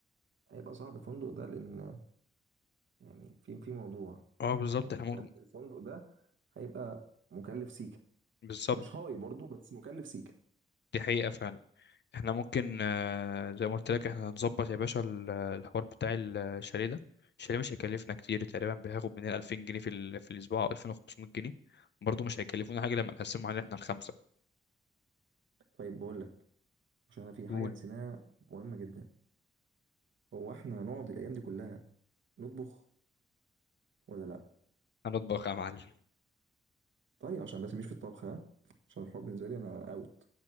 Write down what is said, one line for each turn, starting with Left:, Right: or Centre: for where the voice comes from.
Right: هيبقى صعب الفندق ده لان يعني في في موضوع
Left: اه بالظبط
Right: يعني
Left: احنا ممكن
Right: فاهم؟ الفندق ده هيبقى مكلف سيكا
Left: بالظبط
Right: مش هاي برضه بس مكلف سيكا
Left: دي حقيقة فعلا احنا ممكن آه، زي ما قلت لك احنا هنظبط يا باشا ال- الحوار بتاع ال- الشاليه ده الشاليه مش هيكلفنا كتير تقريبا بياخد مننا 2000 جنيه في, ال... في الأسبوع أو 2500 جنيه برضه مش هيكلفونا حاجة لما نقسمهم علينا احنا الخمسة
Right: طيب بقول لك عشان انا في
Left: قول
Right: حاجه نسيناها مهمه جدا هو احنا هنقعد الايام دي كلها نطبخ ولا لا
Left: هنطبخ يا معلم
Right: طيب عشان بس مش في الطبخ ها عشان الحوار بالنسبه لي انا اوت